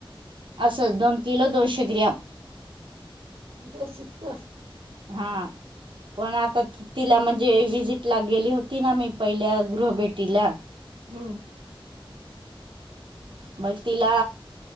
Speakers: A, on the right; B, on the right.
A: असंच, दोन किलो, दोनशे ग्रॅम,
B: बस इतकं
A: हा पण आता ति- तिला म्हणजे विजिट ला गेली होती ना, मी पहिल्या गृहभेटीला.
B: हम्म.
A: मग तिला